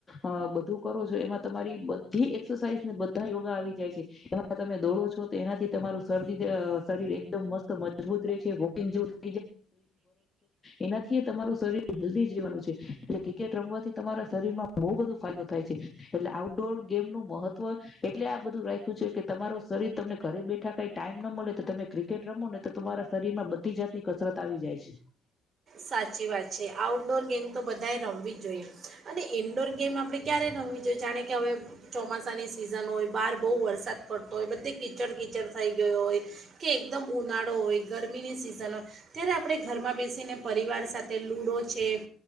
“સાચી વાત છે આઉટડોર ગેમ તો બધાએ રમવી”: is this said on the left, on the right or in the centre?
Right